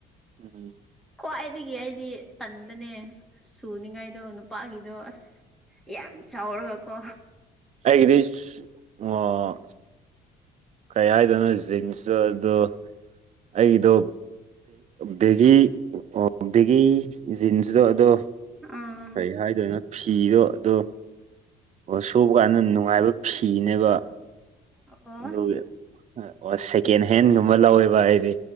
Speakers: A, on the right; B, in the centre.
A: ꯎꯝ
B: ꯈ꯭ꯋꯥꯏꯗꯒꯤ ꯑꯩꯗꯤ ꯇꯟꯕꯅꯦ ꯁꯨꯅꯤꯉꯥꯏꯗꯣ ꯅꯨꯄꯥꯒꯤꯗꯣ ꯑꯁ ꯌꯥꯝ ꯆꯥꯎꯔꯒꯀꯣ
A: ꯑꯩꯒꯤꯗꯤ ꯑꯣ ꯀꯩ ꯍꯥꯏꯗꯣꯏꯅꯣ ꯖꯤꯟꯁꯇꯣ ꯑꯗꯨꯣ ꯑꯩꯒꯤꯗꯣ ꯕꯦꯒꯤ ꯑꯣ ꯕꯦꯒꯤ ꯖꯤꯟꯁꯗꯣ ꯑꯗꯣ
B: ꯑꯥ
A: ꯀꯩ ꯍꯥꯏꯗꯣꯏꯦ ꯅ ꯐꯤꯗꯣ ꯑꯗꯣ ꯁꯣꯛꯕ ꯀꯥꯟꯗ ꯅꯨꯡꯉꯥꯏꯕ ꯐꯤꯅꯦꯕ
B: ꯑꯣ
A: ꯑꯗꯨ ꯁꯦꯀꯦꯟ ꯍꯦꯟꯒꯨꯝꯕ ꯂꯧꯋꯦꯕ ꯍꯥꯏꯗꯤ